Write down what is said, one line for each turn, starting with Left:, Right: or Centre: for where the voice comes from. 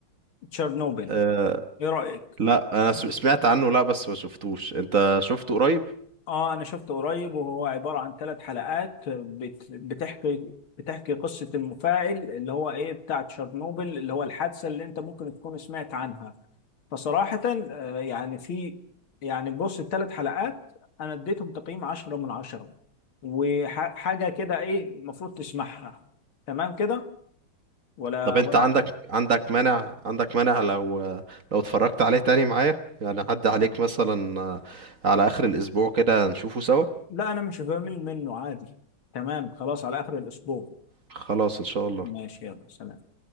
Left: تشيرنوبل
Right: آه
Left: ايه رأيك
Right: لا انا سم- سمعت عنه لا بس ما شفتوش انت شفته قريب
Left: اه انا شفته قريب وهو عبارة عن ثلاث حلقات بت... بتحكي بتحكي قصة المفاعل اللي هو ايه بتاع تشيرنوبل اللي هو الحادثة اللي انت ممكن تكون سمعت عنها فصراحة آه، يعني في يعني بص الثلاث حلقات انا اديتهم تقييم عشرة من عشرة وحاجة كده ايه المفروض تسمعها تمام كده ولا
Right: طب انت
Left: ولا
Right: عندك عندك مانع عندك مانع لو لو اتفرجت عليه تاني معايا يعني عدى عليك مثلا آه، على آخر الأسبوع كده نشوفه سوا
Left: لا انا مش بمل منه عادي تمام خلاص على اخر الاسبوع
Right: خلاص ان شاء الله
Left: ماشي يلا سلام